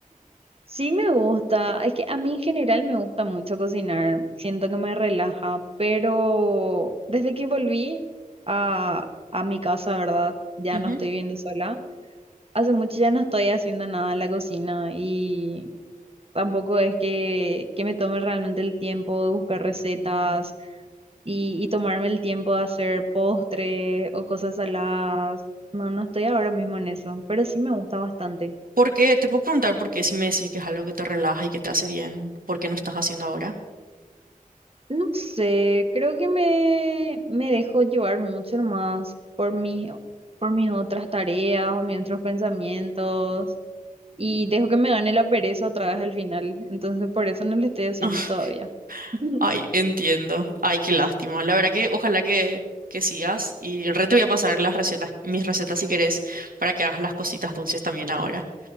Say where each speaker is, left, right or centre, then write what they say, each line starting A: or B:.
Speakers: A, on the right; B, on the right.
A: Sí me gusta, es que a mí en general me gusta mucho cocinar, siento que me relaja, pero desde que volví a, a mi casa, ¿verdad? Ya
B: Ujú.
A: no estoy viviendo sola. Hace mucho ya no estoy haciendo nada en la cocina y tampoco es que, que me tome realmente el tiempo de buscar recetas y, y tomarme el tiempo de hacer postre o cosas saladas. No, no estoy ahora mismo en eso, pero sí me gusta bastante.
B: ¿Por qué? Te puedo preguntar por qué si me decís que es algo que te relaja y que te hace bien, ¿por qué no estás haciendo ahora?
A: No sé, creo que me, me dejo llevar mucho más por mis, por mis otras tareas o mis otros pensamientos y dejo que me gane la pereza otra vez al final. Entonces por eso no lo estoy haciendo
B: <laughs>
A: todavía. <laughs>
B: Ay, entiendo. Ay, qué lástima. La verdad que ojalá que, que sigas y re te voy a pasar las recetas, mis recetas si querés, para que hagas las cositas dulces también ahora.